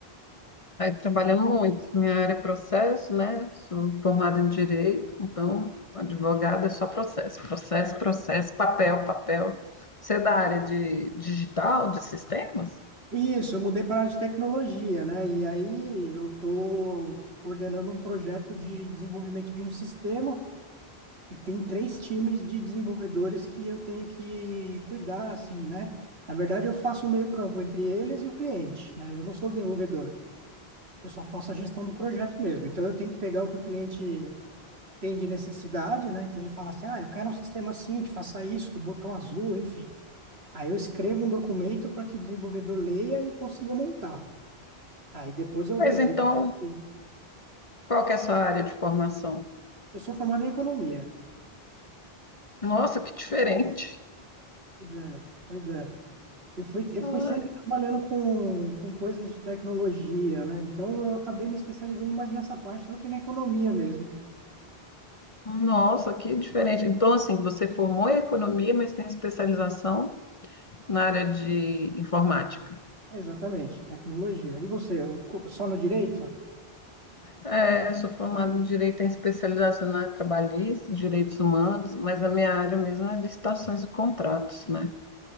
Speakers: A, on the left (about 35°); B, on the right (about 75°).
A: aí trabalhando muito. Minha área é processo, né? Sou formada em direito, então advogada é só processo, processo, processo, papel, papel. Você é da área de digital, de sistemas?
B: Isso, eu mudei para a área de tecnologia, né? E aí eu estou coordenando um projeto de desenvolvimento de um sistema E tem três times de desenvolvedores que eu tenho que cuidar, assim, né? Na verdade, eu faço um meio-campo entre eles e o cliente, né? Eu não sou desenvolvedor, eu só faço a gestão do projeto mesmo. Então, eu tenho que pegar o que o cliente tem de necessidade, né? Então, ele fala assim: ah, eu quero um sistema assim, que faça isso, com o botão azul, enfim. Aí, eu escrevo um documento para que o desenvolvedor leia e consiga montar. Aí, depois, eu
A: Mas
B: devolvo.
A: então,
B: Eu
A: qual que é a sua área de formação?
B: sou formado em economia.
A: Nossa, que diferente.
B: Pois é, pois é. Eu fui, eu
A: Ah,
B: fui sempre trabalhando com, com coisas de tecnologia, né? Então eu acabei me especializando mais nessa parte do que na economia mesmo.
A: Nossa, que diferente. Então, assim, você formou em economia, mas tem especialização na área de informática.
B: Exatamente, tecnologia. E você, o co- só no direito?
A: É, eu sou formada em direito em especialização na área trabalhista, direitos humanos, mas a minha área mesmo é licitações e contratos, né?